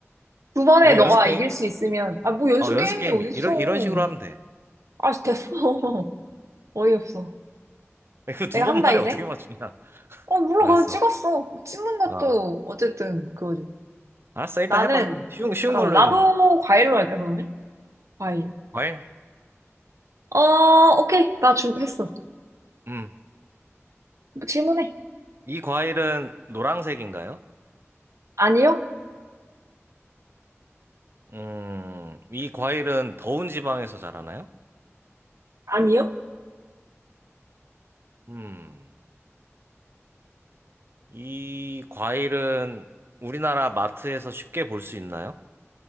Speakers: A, on the right (about 80°); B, on the right (about 50°).
A: 두 번에
B: 이거
A: 너가
B: 연습 게임?
A: 이길 수 있으면, 아, 뭐 연습
B: 어, 연습
A: 게임이
B: 게임.
A: 어딨어.
B: 이런, 이런 식으로 하면 돼.
A: 아, 됐어. <laughs> 어이없어.
B: <laughs> 이거 두
A: 내가
B: 번
A: 한다,
B: 만에
A: 이제.
B: 어떻게 맞추냐.
A: 어,
B: <laughs>
A: 몰라.
B: 알았어.
A: 그냥 찍었어. 찍는 것도
B: 아.
A: 어쨌든 그거지.
B: 알았어, 일단
A: 나는,
B: 해봐. 쉬운, 쉬운
A: 잠깐만.
B: 걸로
A: 나도
B: 해줘, 그럼.
A: 과일로 할까, 그러면? 과일.
B: 과일?
A: 어, 오케이. 나 주, 했어.
B: 음.
A: 질문해.
B: 이 과일은 노란색인가요?
A: 아니요?
B: 음, 이 과일은 더운 지방에서 자라나요?
A: 아니요?
B: 음, 이 과일은 우리나라 마트에서 쉽게 볼 수 있나요?